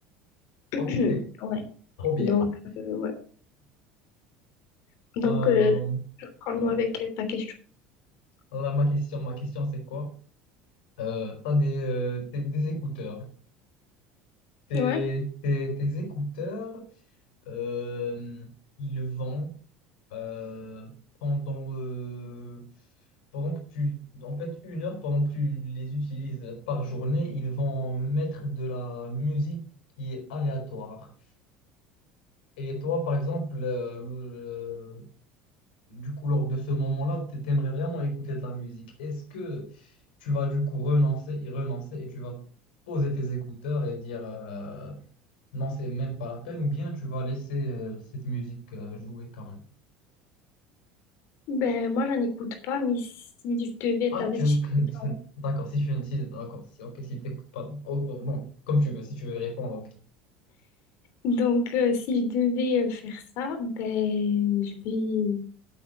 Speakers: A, on the left; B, on the left.
A: <clears throat>
B: ok,
A: Ouais.
B: trop bien.
A: Donc, euh, ouais. Donc,
B: Euh,
A: euh, je prends nous
B: ouais.
A: avec euh, ta question.
B: Là, ma question, ma question, c'est quoi? Euh, t'as des, euh, tes- des écouteurs. Tes,
A: Ouais.
B: tes, tes écouteurs, euh, ils vont euh, pendant, euh, pendant que tu... En fait, une heure pendant que tu les utilises par journée, ils vont mettre de la musique qui est aléatoire. Et toi, par exemple, euh, Du coup, lors de ce moment-là, t- t'aimerais vraiment écouter de la musique. Est-ce que tu vas du coup renoncer, y renoncer et tu vas poser tes écouteurs et dire euh, non, c'est même pas la peine ou bien tu vas laisser euh, cette musique euh, jouer quand même?
A: Ben, moi, j'en écoute pas, mais si je devais être
B: Ah,
A: dans
B: tu...
A: cette situation-
B: <laughs> D'accord, si tu... Si, d'accord, si, ok, si t'écoutes pas. Oh, oh, bon, comme tu veux, si tu veux répondre, ok.
A: Donc, euh, si je devais euh, faire ça, ben, je vais...